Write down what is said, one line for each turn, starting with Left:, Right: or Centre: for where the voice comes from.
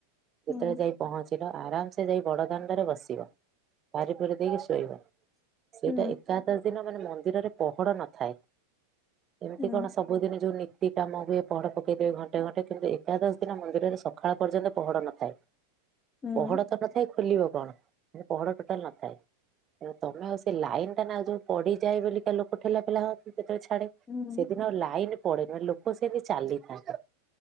Left: ହୁଁ
Right: ଯେତେବେଳେ ଯାଇ ପହଞ୍ଚିଲ ଆରାମ ସେ ଯାଇ ବଡ଼ ଦାଣ୍ଡରେ ବସିବ। ପାରି ପୁରି ଦେଇକି ଶୋଇବ। ସେଇଟା
Left: ହୁଁ
Right: ଏକାଦଶ ଦିନ ମାନେ ମନ୍ଦିରରେ ପହଡ ନଥାଏ। ଏମତି
Left: ହୁଁ
Right: କଣ ସବୁ ସବୁଦିନେ ଯୋଉ ନୀତି ଏଇ କାମ ହୁଏ ପହଡ଼ ପକେଇଦେବେ ଘଣ୍ଟେ ଘଣ୍ଟେ, କିନ୍ତୁ ଏକାଦଶ ଦିନ ମନ୍ଦିରରେ ସଖାଳ ପର୍ଯ୍ୟନ୍ତ ପହଡ଼ ନଥାଏ।
Left: ହୁଁ
Right: ପହଡ ତ ନଥାଏ, ଖୋଲିବ କଣ? ମାନେ ପହଡ ଟୋଟାଲ ନଥାଏ। ହୁଁ। ତମେ ଆଉ ସେ ଲାଇନଟା ନା ଯୋଉ ପଡିିଯାଏ ବୋଲିକା ଲୋକ ଠେଲା ପେଲା ହୁଅନ୍ତି, ଯେତେବେଳେ ଛାଡେ।
Left: ହୁଁ ଉଁ।
Right: ଯୋଉ ଲାଇନ ପଡେନି ମାନେ ଲୋକ ସେମତି ଚାଲିଥାନ୍ତି।